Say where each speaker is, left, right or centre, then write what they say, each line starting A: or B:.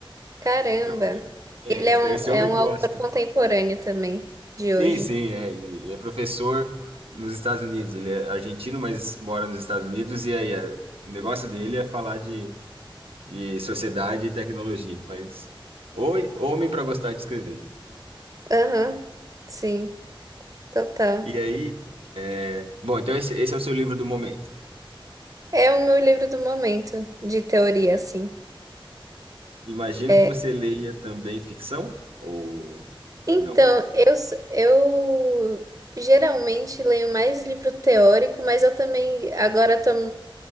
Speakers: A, on the right; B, on the right.
A: Caramba!
B: Então, é, é,
A: Ele
B: então
A: é um,
B: esse
A: é
B: homem
A: um
B: gosta.
A: autor contemporâneo também, de
B: Sim,
A: hoje.
B: sim, é. Ele é professor nos Estados Unidos. Ele é argentino, mas mora nos Estados Unidos. E aí, é, o negócio dele é falar de de sociedade e tecnologia, mas ou homem para gostar de escrever.
A: Aham, sim, total.
B: E aí, é, bom, então esse, esse é o seu livro do momento.
A: É o meu livro do momento, de teoria,
B: É,
A: assim.
B: imagino
A: É,
B: que você leia também ficção ou
A: então,
B: não?
A: eu, s- eu geralmente leio mais livro teórico, mas eu também agora tô